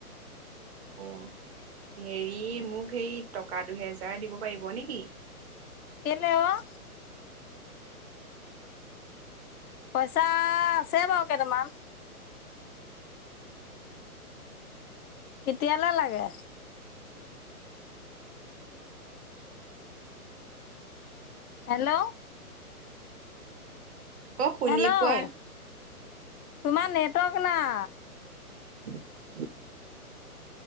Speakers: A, on the right (about 45°); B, on the left (about 70°).
A: অ'। হেৰি মোক সেই টকা দুহেজাৰ দিব পাৰিব নিকি?
B: কেলে অ'? পইচা আছে বাৰু কেটামান। কেতিয়ালে লাগে? হেল্ল'
A: অ' শুনি
B: হেল্ল'
A: পোৱা
B: তোমাৰ নেটৱৰ্ক নাই।
A: <inaudible>